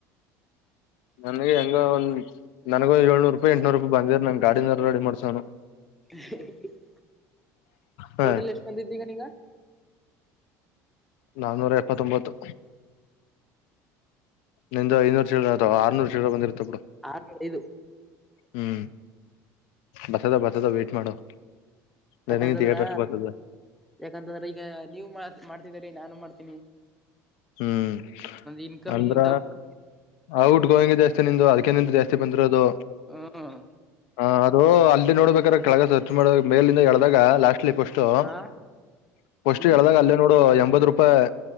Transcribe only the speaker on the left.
ನನಗೆ ಹೆಂಗ ಒಂದ್ <inaudible> ನನಗ ಏಳ್ನೂರು ರೂಪಾಯಿ ಏಟ್ನೂರು ರೂಪಾಯಿ ಬಂದಿರ ನನ್ ಗಾಡಿನಾರ ರೆಡಿ ಮಾಡ್ಸೋನು.
ಹ
ಆರನ್ನೂರ ಎಪ್ಪತ್ತೊಂಬತ್ತು. ನಿಂದು ಐನೂರು ಚಿಲ್ಡ್ರ ಆಯ್ತಾ ಆರುನೂರು ಚಿಲ್ಡ್ರ ಬಂದಿರುತ್ತೆ ಬಿಡ.
ಹ್ಮ್ ಬರ್ತದ ಬರ್ತದ ಅದ ವೇಟ ಮಾಡು ನನಗ
ಡ್ರಷ್ಟು ಬರ್ತದ.
ಹ್ಮ್
ಅಂದ್ರ
ಔಟ್ ಗೋವಿಂಗ ಜಾಸ್ತಿ ನಿಂದು ಅದಕ್ಕೆ ನಿಂದು ಜಾಸ್ತಿ ಬಂದಿರೋದು.
ಹ ಅದು ಅಲ್ಲಿ ನೋಡ್ಬೇಕಾರೆ ಕೆಳಗ ಸ್ವಚ್ ಮಾಡ ಮೇಲಿಂದ ಎಳದಾಗ ಲಾಸ್ಟ ಇಲ್ಲಿ ಪಸ್ಟ <inaudible>
ಪಸ್ಟ್
ಹೇಳ್ದಾಗ ಅಲ್ಲೇ ನೋಡು ಎಂಬತ್ ರೂಪಾಯಿ.